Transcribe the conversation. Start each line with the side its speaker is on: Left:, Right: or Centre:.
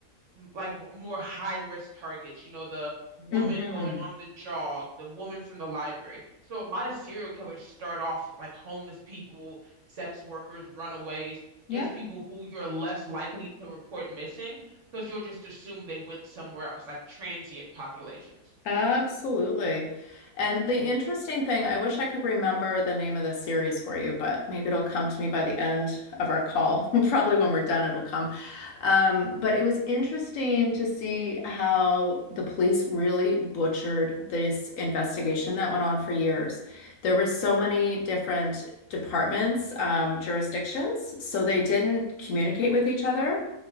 Right: like more high risk targets, you know, the woman
Left: hmm
Right: going on the jog, the woman from the library. So a lot of serial killers start off with like homeless people, sex workers, runaways,
Left: Yep.
Right: just people who you're less likely to report missing because you'll just assume they went somewhere else, like transient populations.
Left: Absolutely. And the interesting thing, I wish I could remember the name of the series for you, but maybe it'll come to me by the end of our call. <laughs> Probably when we're done, it'll come. Um, but it was interesting to see how the police really butchered this investigation that went on for years. There were so many different departments, um, jurisdictions, so they didn't communicate with each other.